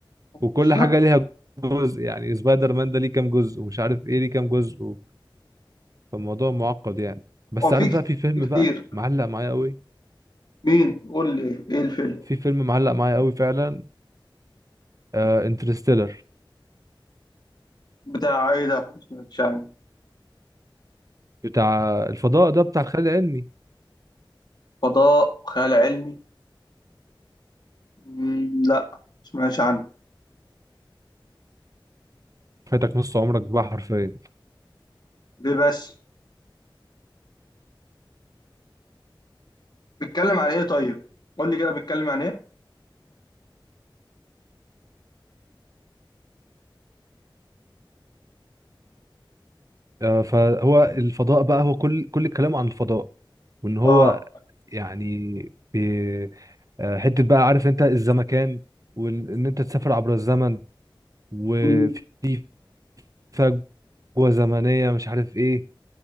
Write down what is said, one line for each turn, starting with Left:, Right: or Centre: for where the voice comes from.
Right: وكل
Left: بالظبط
Right: حاجه ليها جزء يعني سبايدر مان ده ليه كام جزء ومش عارف ايه ليه كام جزء فالموضوع معقد يعني بس
Left: وفي
Right: عارف
Left: كت-
Right: بقى في فيلم
Left: في كتير
Right: بقى معلق معايا قوي
Left: مين قول لي ايه الفيلم
Right: في فيلم معلق معايا قوي فعلا آه انترستيلر
Left: بتاع ايه ده ما سمعتش عنه
Right: بتاع الفضاء ده بتاع الخيال العلمي
Left: فضاء خيال علمي مم، لا ما سمعتش عنه
Right: فاتك نص عمرك بقى حرفيا
Left: ليه بس بيتكلم عن ايه طيب قول لي كده بيتكلم عن ايه
Right: آه فهو الفضاء بقى هو كل كل كلامه عن الفضاء وان هو
Left: اه
Right: يعني بي- آه، حته بقى عارف انت الزمكان وان انت تسافر عبر الزمن وفي
Left: مم.
Right: فجوه زمنيه مش عارف ايه